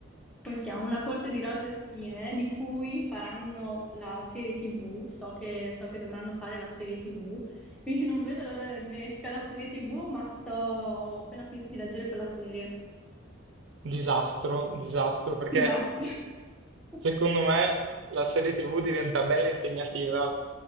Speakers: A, in the centre; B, on the right.
A: come si chiama? Una corte di rose e spine, di cui faranno la serie TV. So che, so che dovranno fare la serie TV, quindi non vedo l'ora che esca la serie TV, ma sto, ho appena finito di leggere quella serie.
B: Disastro, disastro, perché
A: Disastro. <laughs>
B: secondo me la serie TV diventa bella impegnativa.